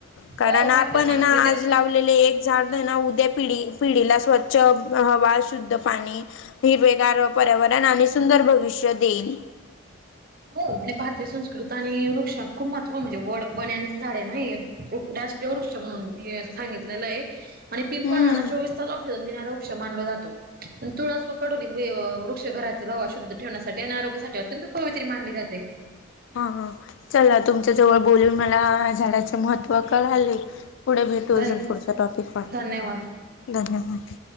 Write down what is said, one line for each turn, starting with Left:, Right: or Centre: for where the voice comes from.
Left: कारण
Right: हो भारतीय
Left: आपण
Right: संस्कृतीच
Left: हे ना आज लावलेली एक झाड उद्या पिढी पिढीला स्वच्छ हवा शुद्ध पाणी हिरवेगार पर्यावरण आणि सुंदर भविष्य देईल.
Right: होय भारतीय संस्कृत आणि वृक्षात खूप महत्त्व म्हणजे वड बन्यांचं झाड आहे. <unintelligible> ते वृक्ष म्हणून हे सांगितलेलं आहे. आणि पिंपळ
Left: हम्म
Right: हा ना चोवीस तास ऑक्सिजन देणारा वृक्ष मानला जातो. तुळस व कडुलिंब वृक्ष घरातील हवा शुद्ध ठेवण्यासाठी आणि आरोग्यासाठी अत्यंत प्रवा मंदिरात हे
Left: हा हा चला तुमच्या जवळ बोलून मला झाडाचं महत्त्व कळालंय. पुढे भेटू
Right: धन
Left: अजून पुढचा टॉपिक पहा
Right: धन्यवाद.
Left: धन्यवाद